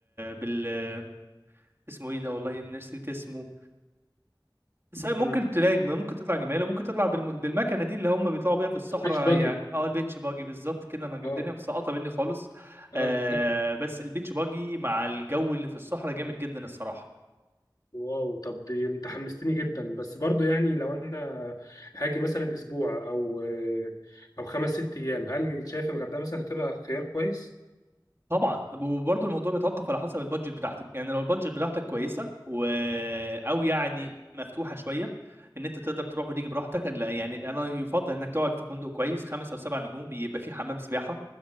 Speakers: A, on the right (about 30°); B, on the left (about 55°).
A: بال اسمه ايه ده والله نسيت اسمه بس هي ممكن
B: مم.
A: تلاقي جم- ممكن تطلع جمال وممكن تطلع بالم... بالمكنه دي اللي هم بيطلعوا بيها في الصحراء
B: بيتش باجي
A: يعني اه البيتش باجي بالظبط كده انا الدنيا
B: اه
A: مسقطه مني خالص
B: اه
A: آه
B: <laughs>
A: بس البيتش باجي مع الجو اللي في الصحراء جامد جدا الصراحه
B: واو طب دي انت حمستني جدا بس برضو يعني لو انا هاجي مثلا اسبوع او آه، او خمس ست ايام هل شايف الغردقه مثلا هتبقى خيار كويس
A: طبعا وبرضه الموضوع بيتوقف على حسب البادجت بتاعتك يعني لو البادجت بتاعتك كويسه و... او يعني مفتوحه شويه ان انت تقدر تروح وتيجي براحتك لا يعني انا يفضل انك تقعد في فندق كويس خمسة او سبع نجوم بيبقى فيه حمام سباحه